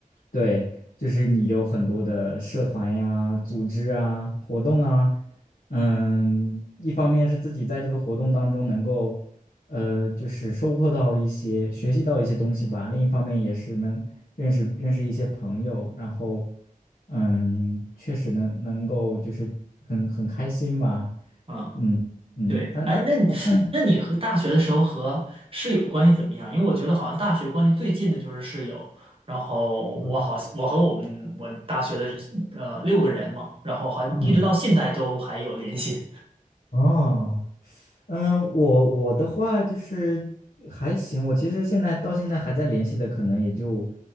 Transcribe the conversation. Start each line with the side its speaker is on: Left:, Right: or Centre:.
Left: 对，就是你有很多的社团呀、组织啊、活动啊，嗯，一方面是自己在这个活动当中能够，呃，就是收获到一些、学习到一些东西吧；另一方面也是能认识认识一些朋友，然后，嗯，确实能能够就是很很开心吧。
Right: 啊，
Left: 嗯嗯，
Right: 对，
Left: 啊那啊那
Right: 哎，那你那你和大学的时候和室友关系怎么样？因为我觉得好像大学关系最近的就是室友，然后我好像我和我们我大学的是呃六个人嘛，
Left: 嗯，
Right: 然后好像一直到现在都还有联系
Left: 嗯哦。嗯，我我的话就是还行，我其实现在到现在还在联系的，可能也就